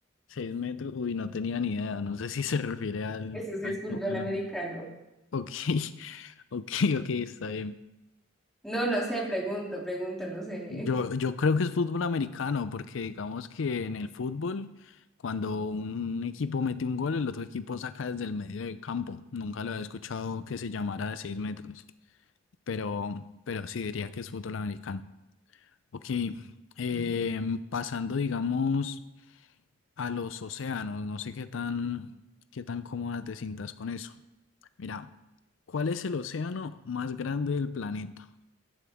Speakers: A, on the left; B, in the centre.
A: Seis metros, uy, no tenía ni idea. No sé si se refiere al,
B: Eso sí
A: al
B: es fútbol
A: fútbol
B: americano.
A: americano. Ok, <laughs> ok, ok, está bien.
B: No, no sé, pregunto, pregunto, no sé.
A: Yo, yo creo que es fútbol americano, porque digamos que en el fútbol, cuando un equipo mete un gol, el otro equipo saca desde el medio del campo. Nunca lo he escuchado que se llamara de seis metros, pero, pero sí diría que es fútbol americano. Ok, em,
B: Mm.
A: pasando, digamos, a los océanos, no sé qué tan, qué tan cómoda te sientas con eso. Mira, ¿cuál es el océano más grande del planeta?